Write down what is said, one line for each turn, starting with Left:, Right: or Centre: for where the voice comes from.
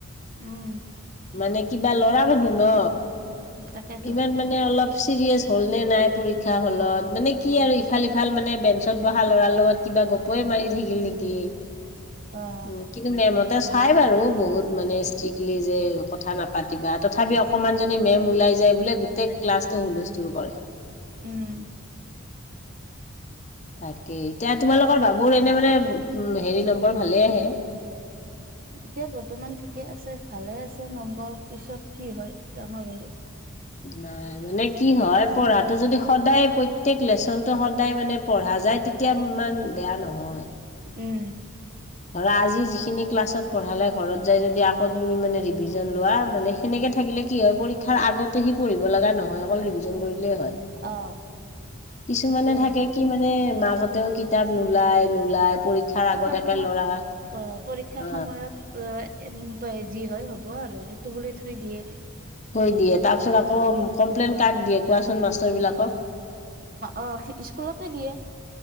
Right: উম।
Left: মানে কিবা ল'ৰা মানুহ ন।
Right: তাকেতো
Left: ইমান মানে অলপ চিৰিয়াছ হ'ল নে? নাই পৰীক্ষা হলত, মানে কি আৰু ইফাল সিফাল মানে বেঞ্চত বহা ল'ৰাৰ লগত কিবা গপই মাৰি থাকিল নেকি?
Right: অ'।
Left: ও, কিন্তু মেমহঁত চাই বাৰু বহুত মানে ষ্ট্ৰিক্টলি যে, কথা নাপাতিবা, তথাপি অকমান যদি মেম ওলাই যাই বোলে, গোটেই ক্লাছটো হুলস্থুল কৰে।
Right: উম।
Left: তাকে, এতিয়া তোমালোকৰ বাবুৰ এনে মানে উ হেৰি নম্বৰ ভালে আহে?
Right: এতিয়া বৰ্তমান ঠিকেই আছে, ভালে আছে নম্বৰ। পিছত কি হয়, ডাঙৰ হ'লে।
Left: নাই, মানে কি হয় পঢ়াটো যদি সদায় প্ৰত্যেক লেচনতটো সদায় মানে পঢ়া যায়, তেতিয়া ইমান বেয়া নহয়।
Right: উম।
Left: ধৰা আজি যিখিনি ক্লাছত পঢ়ালে, ঘৰত যাই যদি আকৌ তুমি মানে ৰিভিজন লোৱা, মানে সেনেকে থাকিলে কি হয়, পৰীক্ষাৰ আগতে সি পঢ়িব লগা নহয়, অকল ৰিভিজন কৰিলেই হয়।
Right: অ',
Left: কিছুমানে
Right: সেইটোয়ে
Left: থাকে
Right: হয়।
Left: কি মানে মা ও কিতাপ নোলায় নো। ওলাই পৰীক্ষাৰ আগত। একে
Right: সময়ত
Left: ল'ৰা
Right: প পৰীক্ষাৰ
Left: অ
Right: সময়ত প এ প যি হয় হ'ব আৰু সেইটো বুলি থৈ দিয়ে।
Left: থৈ দিয়ে। তাৰপিছত আক আক কমপ্লেইন কাক দিয়ে কোৱাচোন? মাষ্টৰবিলাকক।
Right: অ স্কুলতে দিয়ে।